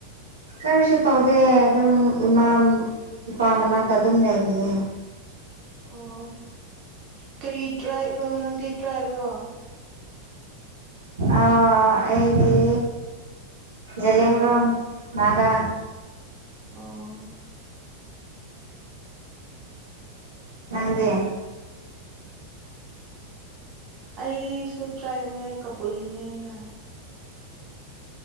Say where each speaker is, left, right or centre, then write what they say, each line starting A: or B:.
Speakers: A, on the right; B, on the right.
A: ꯀꯔꯤꯁꯨ ꯇꯧꯗꯦ ꯑꯗꯨꯝ ꯏꯃꯥ ꯏꯄꯥ ꯃꯅꯥꯛꯇ ꯑꯗꯨꯝ ꯂꯩꯔꯤꯑꯅ
B: ꯑꯣ ꯀꯔꯤ ꯇ꯭ꯔꯥꯏꯕ꯭ꯔꯣ ꯅꯪꯗꯤ ꯇ꯭ꯔꯥꯏꯕ꯭ꯔꯣ
A: ꯑ ꯍꯒꯤ ꯖꯦꯂꯂꯤꯦꯟꯔꯣꯡ ꯒꯥ
B: ꯑꯣ
A: ꯅꯪꯒꯦ
B: ꯑꯩ ꯁ ꯇ꯭ꯔꯥꯏ ꯃ ꯀꯕꯨꯅꯦꯅ